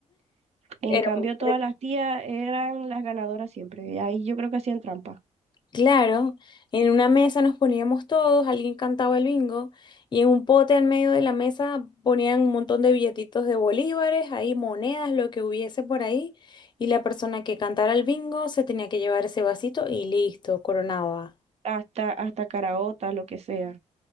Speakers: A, on the right (about 55°); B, on the left (about 35°).
A: En
B: Era
A: cambio,
B: muy entretenido.
A: todas las tías eran las ganadoras siempre. Y ahí yo creo que hacían trampa.
B: Claro, en una mesa nos poníamos todos, alguien cantaba el bingo y en un pote al medio de la mesa ponían un montón de billetitos de bolívares, ahí monedas, lo que hubiese por ahí y la persona que cantara el bingo se tenía que llevar ese vasito y listo, coronaba.
A: Hasta, hasta caraotas, lo que sea.